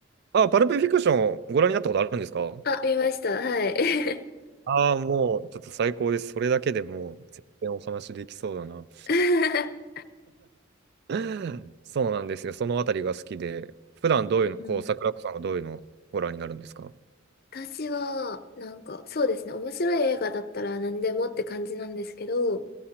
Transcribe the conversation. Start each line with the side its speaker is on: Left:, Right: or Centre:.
Right: あ、パルプフィクションご覧になったことあるんですか
Left: あ、見ました。はい。
Right: ああー、もう、ちょっと最高です。それだけでもう、全然お話できそうだな。
Left: <laughs>
Right: <laughs> そうなんですよ。そのあたりが好きで、普段どういうの、
Left: うんうん
Right: こう、桜子さんはどういうのをご覧になるんですか
Left: 私は、なんか、そうですね、面白い映画だったら何でもって感じなんですけど、